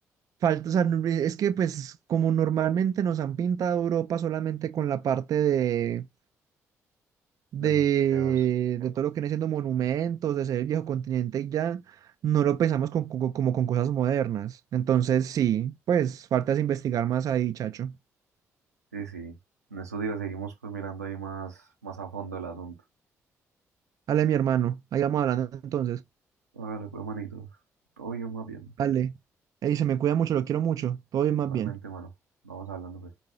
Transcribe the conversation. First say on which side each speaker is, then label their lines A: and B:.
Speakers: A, on the right; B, on the right.
A: falta, o sea, no- es que pues como normalmente nos han pintado Europa solamente con la parte de, de,
B: de museos.
A: de todo lo que viene siendo monumentos, de ser el viejo continente y ya, no lo pensamos con, con- como con cosas modernas. Entonces sí, pues falta es investigar más ahí, chacho.
B: Sí, sí. En estos días seguimos pues mirando ahí más, más a fondo el asunto.
A: Ale, mi hermano, ahí vamos hablando entonces.
B: Hágale pues, manito. Todo bien, más bien.
A: Ale, ahí se me cuida mucho, lo quiero mucho, todo bien
B: Igualmente,
A: más bien.
B: mano. Vamos hablando, pues.